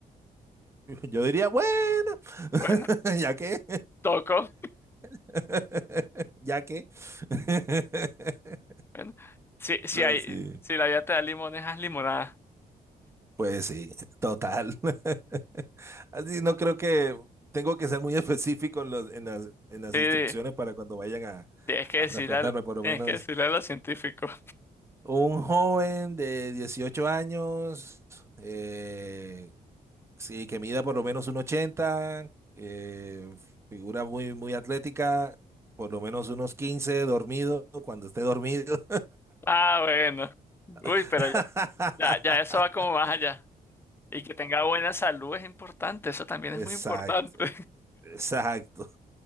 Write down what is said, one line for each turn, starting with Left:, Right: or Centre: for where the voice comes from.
Right: Yo diría, bueno, <laughs>
Left: Bueno,
Right: ya que,
Left: toco,
Right: <laughs> ya que. <laughs>
Left: bueno, si, si
Right: No,
Left: hay,
Right: sí.
Left: si la vida te da limones, haz limonada,
Right: Pues sí, total. <laughs> Así no creo que tengo que ser muy específico en los- en las, en las
Left: sí,
Right: instrucciones para cuando vayan a,
Left: tienes que
Right: a
Left: decirle
Right: trasplantarme,
Left: al-
Right: por lo
Left: tienes
Right: menos.
Left: que decirle a los científicos,
Right: Un joven de 18 años, eh, sí, que mida por lo menos un 80 eh, figura muy, muy atlética, por lo menos unos 15 dormido, cuando esté dormido.
Left: ah, bueno, uy,
Right: <laughs>
Left: pero ya, ya, ya eso va como más allá. Y que tenga buena salud es importante, eso también
Right: Exacto,
Left: es muy importante.
Right: exacto.